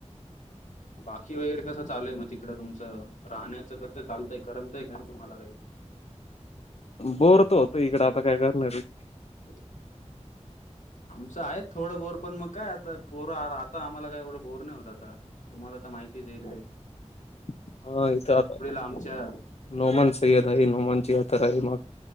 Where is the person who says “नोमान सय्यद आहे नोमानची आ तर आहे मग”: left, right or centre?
Left